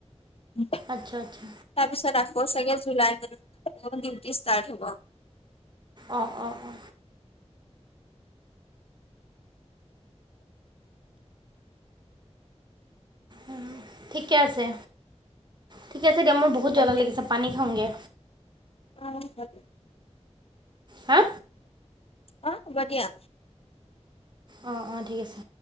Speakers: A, on the left; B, on the right.
A: উম।
B: আচ্ছা আচ্ছা।
A: তাৰপিছত আকৌ চাগে, জুলাই মানত <unintelligible> ডিউটি ষ্টাৰ্ট হ'ব।
B: অ', অ', অ'। উম, ঠিকেই আছে, ঠিকেই আছে দিয়া, মোৰ
A: হ'ব।
B: বহুত জ্বলা লাগিছে, পানী খাওঁগৈ।
A: অহ <unintelligible>
B: হা?
A: অ', হ'ব দিয়া।
B: অ', অ', ঠিক আছে।